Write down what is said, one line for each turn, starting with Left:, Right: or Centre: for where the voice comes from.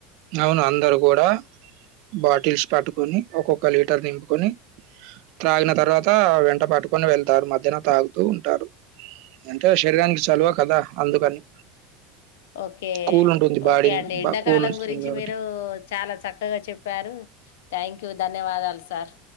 Right: అవును అందరు కూడా బాటిల్స్ పట్టుకొని ఒక్కొక్క లీటర్ నింపుకొని త్రాగిన తరువాత వెంట పట్టుకొని వెళ్తారు మధ్యహన తాగుతూ ఉంటారు అంటే శరీరానికి చలవ కదా అందుకని
Left: ఓకే
Right: కూల్ ఉంటుంది
Left: ఓకే
Right: బాడీని
Left: అండి ఎండాకాలం
Right: బా కూల్ ఉంచుతుంది
Left: గురిం రించి
Right: కాబట్టి.
Left: మీరు చాలా చక్కగా చెప్పారు థ్యాంక్ యూ ధన్యవాదాలు సార్